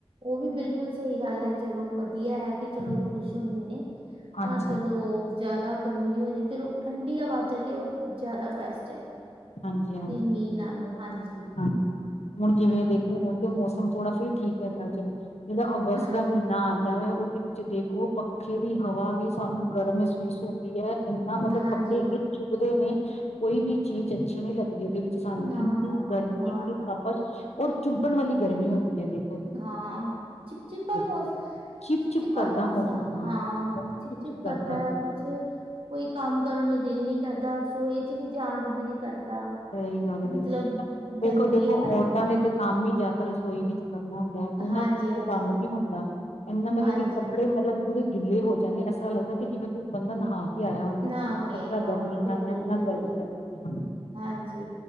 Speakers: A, on the right; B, on the left.
A: ਉਹ ਵੀ ਬਿਲਕੁਲ ਸਹੀ ਗੱਲ ਹੈ ਚਲੋ ਵਧੀਆ ਹੈ ਕਿ
B: ਹਾਂਜੀ
A: ਚਲੋ ਵੀ ਖੁਸ਼ ਹੁੰਦੇ ਨੇ
B: ਹਾਂਜੀ
A: ਪਰ ਜਦੋਂ ਜਿਆਦਾ ਗਰਮੀ ਹੋਜ ਚਲੋ ਠੰਡੀ ਆਵਾਜ਼ ਚਲੀ ਜਿਆਦਾ ਬੈਸਟ
B: ਹਾਂਜੀ ਹਾਂਜੀ
A: ਵੀ ਮੀਂਹ ਨਾਲੋਂ ਹਾਂਜੀ
B: ਹਾਂ ਹੁਣ ਜਿਵੇਂ ਦੇਖੋ ਹੁਣ ਤੇ ਮੌਸਮ ਥੋੜਾ ਸ ਠੀਕ ਹ ਚਲੋ ਜਿਹੜਾ ਅਗਸਤ
A: ਹਾਂ
B: ਦਾ ਮਹੀਨਾ ਆਉਂਦਾ ਮੈਂ ਦੇ ਵਿੱਚ ਦੇਖੋ ਪੱਖੇ ਦੀ ਹਵਾ ਵੀ ਸਾਨੂੰ ਗਰਮ ਮਹਿਸੂਸ ਹੁੰਦੀ ਐ। ਇੰਨਾ ਮਤਲਬ,
A: ਹਾਂਜੀ।
B: ਕੱਪੜੇ ਇੰਨੇ ਛੁੱਟਦੇ ਨੇ। ਕੋਈ ਵੀ ਚੀਜ਼ ਅੱਛੀ ਨਹੀਂ ਲੱਗਦੀ ਇਹਦੇ ਵਿੱਚ ਸਾਨੂੰ।
A: ਨਾ
B: ਇੰਨੀ
A: ਨਾ
B: ਗਰਮੀ,
A: ਨਾ
B: ਇੰਨੀ
A: ਨਾ
B: ਤਪਛ ਔਰ ਚੁਬਣ ਵਾਲੀ ਗਰਮੀ ਹੁੰਦੀ ਆ ਦੇ
A: ਹਾਂ, ਚਿਪਚਿਪਾ ਮੌਸ
B: ਹੁੰਦੀ
A: ਚਿਪਾਚਿਪਾ
B: ਚਿਪ ਚਿਪ ਕਰਦਾ
A: ਮੋਸਾ,
B: ਮੌਸਮ
A: ਹਾਂ।
B: ਮੌਸਮ
A: ਚਿਪ ਚਿਪ ਕਰਦਾ
B: ਉਹਦੇ
A: ਐ
B: ਵਿੱਚ,
A: ਕੁਛ ਫੇਰ, ਕੋਈ ਕੰਮ ਕਰਨ ਨੂੰ ਦਿਲ ਨੀ ਕਰਦਾ। ਰਸੋਈ ਚ ਨੀ ਜਾਣ ਨੂੰ ਦਿਲ ਕਰਦਾ।
B: ਸਈ ਗੱਲ ਐ ਬਿਲਕੁਲ।
A: ਮਤਲਬ
B: ਵੇਖੋ
A: ਗਰਮੀ
B: ਦੇਖੋ
A: ਹੈ ਨਾ
B: ਔਰਤਾਂ ਨੇ ਤੇ ਕੰਮ ਈ ਜਾਦਾ ਰਸੋਈ ਵਿੱਚ ਕਰਨਾ ਹੁੰ ਦਾ ਐ। ਓਹਨਾ
A: ਹਾਂਜੀ
B: ਕੋਲੋ
A: ਹਾਂਜੀ
B: ਕੰਮ ਨੀ ਹੁੰਦਾ ਇੰਨਾ ਮਤਲਬ
A: ਹਾਂਜੀ
B: ਕਿ ਕੱਪੜੇ ਮਤਲਬ ਪੂਰੇ ਗਿੱਲੇ ਹੋ ਜਾਂਦੇ, ਏਸ ਤਰਾਂ ਲੱਗਦਾ ਕਿ ਜਿਵੇਂ ਕੋਈ ਬੰਧਨ ਹਾਂ ਕੀ ਆਇਆ ਹੁੰਦਾ।
A: ਨਹਾ
B: ਇਸ
A: ਕੇ
B: ਤਰਾਂ
A: ਹਾਂ
B: ਗਰਮੀ
A: ਬਿਲਕੁਲ
B: ਨਾਲ ਇਸ ਤਰਾਂ
A: ਬਿਲਕੁਲ
B: ਗਰਮੀ ਲਗਦੀ ਐ ਹਾਂ।
A: ਹਾਂਜੀ।